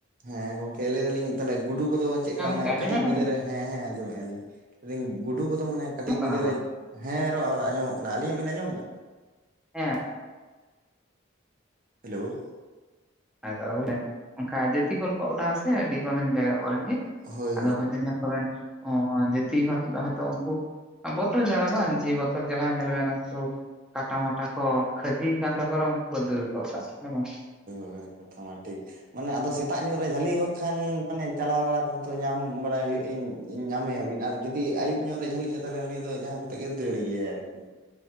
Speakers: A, on the right (about 45°); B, in the centre.
A: ᱦᱮᱸ ᱜᱚᱝᱠᱮ ᱞᱟᱹᱭ ᱫᱟᱞᱤᱧ ᱛᱟᱞᱦᱮ ᱜᱩᱰᱩ ᱠᱚᱫᱚ ᱪᱮᱜ
B: ᱦᱮᱸ
A: ᱠᱟ
B: ᱜᱚᱝᱠᱮ
A: ᱢᱟᱱᱮ
B: ᱟᱸᱡᱚᱢᱮᱫᱼᱟ
A: ᱠᱟᱹᱴᱤᱡ ᱵᱤᱫᱟᱹ
B: ᱵᱮᱱ
A: ᱨᱮ ᱦᱮᱸ ᱦᱮᱸ ᱟᱡᱚᱢᱮᱜ ᱟᱞᱤᱧ ᱞᱭᱟᱹᱫᱟᱹᱧ ᱜᱩᱰᱩ ᱠᱚᱫᱚ ᱢᱟᱱᱮ ᱦᱚᱭ
B: ᱟᱸᱡᱚᱢᱚᱜ
A: ᱠᱟᱹᱴᱤᱡ
B: ᱠᱟᱱᱟ
A: ᱵᱤᱫᱟᱹᱞ
B: ᱨᱚᱲ
A: ᱨᱮ ᱦᱮᱸ ᱨᱚᱲ ᱚᱲ ᱟᱸᱡᱚᱢᱚᱜ ᱠᱟᱱᱟ ᱟᱹᱞᱤᱧᱟᱜ ᱵᱤᱱ ᱟᱸᱡᱚᱢ ᱫᱟ?
B: ᱦᱮᱸ
A: ᱦᱮᱞᱳ
B: ᱟᱫᱚ ᱚᱱᱮ ᱚᱱᱠᱟ ᱡᱟᱹᱛᱤ ᱠᱚᱞ ᱠᱚ ᱚᱰᱟᱣ ᱟᱥᱮ ᱟᱹᱰᱤ ᱠᱤᱧᱱ ᱡᱟᱭᱜᱟ ᱠᱚᱨᱮᱜ ᱜᱮ
A: ᱦᱳᱭ
B: ᱟᱫᱚ ᱦᱚᱭᱛᱚ ᱫᱤᱱ ᱯᱟᱨᱮᱱ ᱚᱦᱚ ᱡᱟᱹᱛᱤ ᱠᱷᱟᱱ ᱦᱚᱭᱛᱳ ᱩᱱᱠᱩ ᱵᱚᱛᱚᱨ ᱡᱟᱞᱟ ᱵᱟᱝ ᱡᱮ ᱵᱚᱛᱚᱨ ᱡᱟᱞᱟ ᱧᱮᱞᱚᱜ ᱵᱮᱱ ᱟᱨᱟᱢ ᱥᱮ ᱠᱟᱴᱟ ᱢᱟᱴᱟ ᱠᱚ ᱠᱷᱟᱹᱫᱤᱭ ᱠᱟᱱ ᱛᱟᱠᱚ ᱨᱚᱦᱚ ᱩᱱᱠᱩ ᱠᱚ ᱫᱟᱹᱲ ᱜᱚᱜ ᱠᱟᱜ ᱦᱮᱸᱵᱚᱝ
A: ᱦᱮᱸ ᱠᱟᱛᱷᱟ ᱢᱟ ᱴᱷᱤᱠ ᱢᱟᱱᱮ ᱟᱫᱚ ᱥᱮᱛᱟᱜ ᱧᱚᱜ ᱨᱮ ᱡᱷᱟᱹᱞᱤᱜ ᱦᱳᱭᱳᱜ ᱠᱷᱟᱱ ᱢᱟᱱᱮ ᱪᱟᱞᱟᱣ ᱵᱟᱲᱟ ᱩᱱᱫᱚ ᱧᱟᱢ ᱵᱟᱲᱟᱭ ᱦᱩᱭᱩᱜ ᱤᱧ ᱧᱟᱢᱮᱭᱟ ᱵᱚᱱ ᱟᱨ ᱡᱩᱫᱤ ᱟᱭᱩᱵ ᱧᱚᱜ ᱨᱮᱭ ᱡᱷᱟᱹᱞᱤᱜ-ᱟ ᱛᱟᱦᱞᱮ ᱩᱱᱤ ᱫᱚ ᱡᱟᱦᱟᱸ ᱠᱟᱛᱮᱜ ᱜᱮ ᱫᱟᱹᱲ ᱜᱮᱭᱟᱭ ᱟᱨᱠᱤ